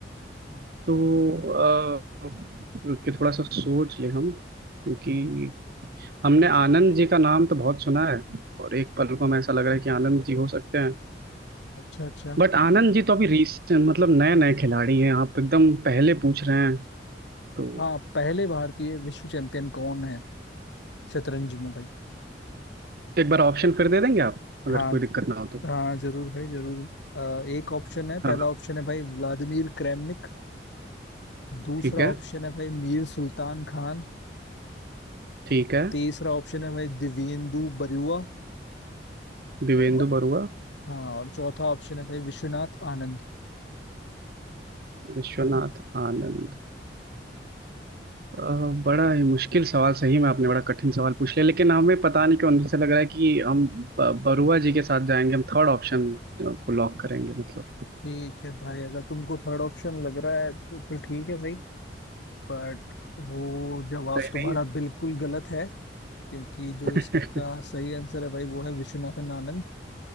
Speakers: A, on the right; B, on the left.
A: तो अ, कि थोड़ा सा सोच ले हम क्योंकि हमने आनंद जी का नाम तो बहुत सुना है और एक पल को हमें ऐसा लग रहा है कि आनंद जी हो सकते हैं
B: अच्छा अच्छा
A: बट आनंद जी तो अभी रिसेंट मतलब नए नए खिलाड़ी हैं आप एकदम पहले पूछ रहे हैं तो
B: हाँ पहले भारतीय विश्व चैंपियन कौन है शतरंज में भाई
A: एक बार ऑप्शन फिर दे देंगे आप अगर
B: हाँ
A: कोई दिक्कत ना हो तो
B: हाँ जरूर भाई जरूर अ, एक ऑप्शन है पहला
A: हाँ हाँ,
B: ऑप्शन है भाई व्लादिमीर क्रेमनिक दूसरा
A: ठीक है
B: ऑप्शन है भाई मीर सुल्तान खान
A: ठीक है
B: तीसरा ऑप्शन है भाई दिव्येंदु बरुआ
A: दिवेंदु
B: औ-
A: बरुआ
B: हाँ और चौथा ऑप्शन है भाई विश्वनाथ आनंद
A: विश्वनाथ आनंद अह, बड़ा ही मुश्किल सवाल सही में आपने बड़ा कठिन सवाल पूछ लिया लेकिन हमें पता नहीं क्यों अंदर से लग रहा है कि हम ब- बरुआ जी के साथ जाएंगे हम थर्ड ऑप्शन को लॉक करेंगे मतलब
B: ठीक है भाई अगर तुमको थर्ड ऑप्शन लग रहा है तो फिर ठीक है भाई बट वो जवाब
A: सही
B: तुम्हारा
A: नहीं
B: बिल्कुल गलत है क्योंकि जो इसका
A: है <laughs>
B: सही आंसर है भाई वो है विश्वनाथन आनंद